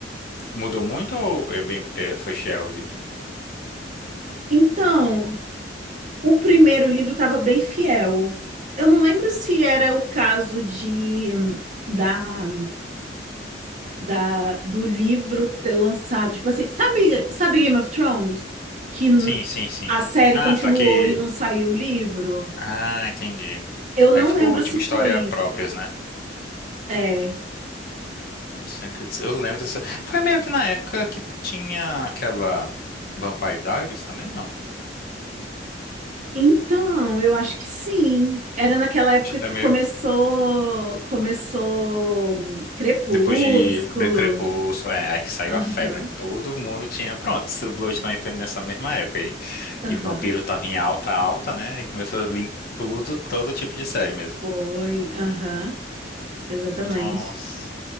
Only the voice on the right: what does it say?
então, o primeiro livro estava bem fiel. Eu não lembro se era o caso de da da, do livro ter lançado. Tipo assim, sabe, sabe Game of Thrones? Que n-
a série
continuou
e não saiu o livro?
Eu não
lembro
se foi
isso.
É.
Então, eu acho que sim. Era naquela época
que
começou, começou hum, Crepúsculo.
Aham,
aham.
Foi, aham, exatamente.